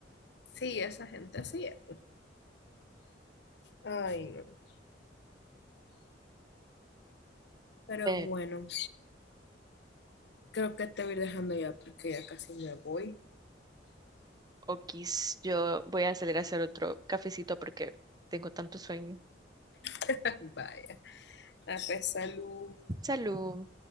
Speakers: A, on the left; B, on the right.
A: sí, esa gente así es. Ay, no. Pero
B: Pero,
A: bueno, creo que te voy dejando ya porque ya casi me voy.
B: Okis, yo voy a salir a hacer otro cafecito porque tengo tanto sueño.
A: <laughs> Vaya, a pesar, salud.
B: Salud.